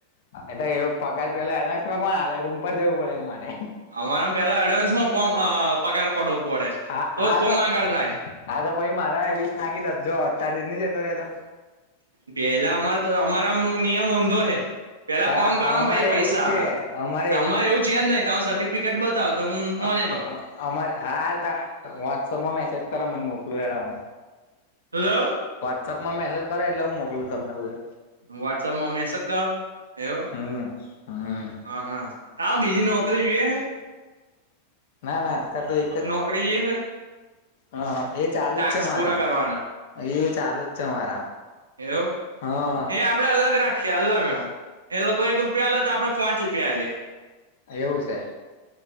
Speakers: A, on the left; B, on the right.
A: અ એ તો એવું પગાર પેલા એડવાન્સમાં કોણ હાલે રૂમ પર જવું પડે એન માટે
B: અમારેમાં પેલા એડવાન્સમાં કોમ અ પગાર પડવો પડે
A: હા
B: તોજ
A: હા
B: કોમા
A: તો
B: આગળ થાય.
A: હા, તો પહી મારામાં વીસ નાખી દેત જો તારી રીત ની જતો વેલા.
B: પેલા અમારે તો, અમારામાં નિયમ ઊંધો હે. પેલા
A: તા
B: ફોન કરવા
A: અમારે
B: પઈ પૈસા
A: એવું જ છે
B: આવે
A: અમારે
B: તમારે એવું છે, જ નઈ તમે સર્ટિફિકેટ બતાવો. તો હું
A: હા
B: માની લઉં
A: હા અમારે હારતા વોટ્સઅપમાં મેસેજ કરો મને મોકલું એ લાહું.
B: હલો.
A: વોટ્સપમાં મેસેજ કરો એટલે હું મોકલું તમને બધું.
B: વોટસઅપ માં મેસેજ કરો એવું,
A: હમ હમ
B: હા હા. હા બિજી નોકરી જો હે.
A: ના, ના અતાર તો એક જ.
B: નોકરી જોઈએ છે
A: હ હ એ ચાલુજ
B: ટાસ્ક
A: છે, મારા
B: પૂરા કરવાના
A: એ ચાલુજ છે મારા
B: એવું
A: હા
B: એ આપડે અલગ રાખી. કે અલગ હ એ લોકો એક રૂપિયા આલે તો આપડે પાંચ રૂપિયા આલીયે.
A: એવું છે.